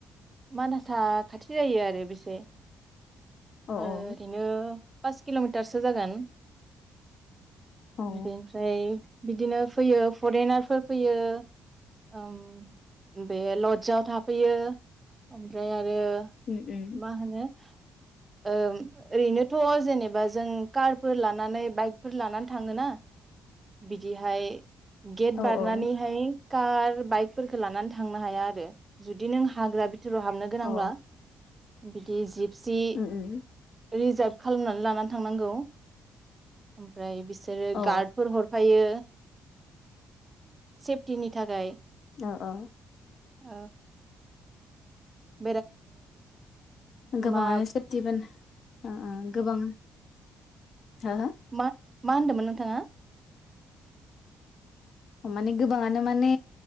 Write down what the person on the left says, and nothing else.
औ
औ
औ
उम उम
औ
औ
औ
उम उम
औ
अ अ
गोबाङानो
सोरथिबोन अ अ गोबां हो
माने गोबाङानो माने